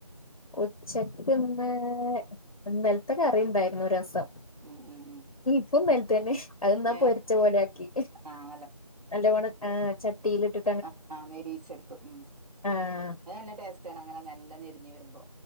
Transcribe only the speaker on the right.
ഉം ഉം ഉം
ഏ
ആഹ്
ആ ആ നേരീച്ചെടുത്തു ഉം
അത് നല്ല <unintelligible> അങ്ങനെ നല്ല നെരു ഇനി വരുമ്പോ